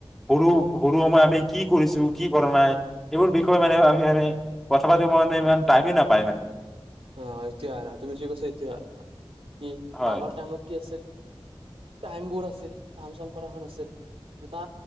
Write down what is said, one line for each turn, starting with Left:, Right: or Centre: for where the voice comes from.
Centre: সৰু সৰু সমই আমি কি কৰিছো, কি কৰা নাই এইবোৰ বিষয়ে মানে আমি আমি কথা পাতিব কাৰণে ইমান টাইমেই নাপায় মানে।
Right: অ এইতোৱে আৰা তুমি যি কৈছা এইটোৱে আৰু কি
Centre: হয়
Right: আগৰ টাইমত কি আছিল। টাইম বোৰ আছিল কাম চাম কৰাখন আছিল ইটা